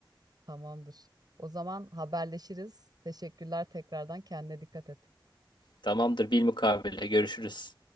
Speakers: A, on the right (about 55°); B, on the left (about 65°).
A: Tamamdır. O zaman haberleşiriz. Teşekkürler tekrardan. Kendine dikkat et.
B: Tamamdır, bilmukabele görüşürüz.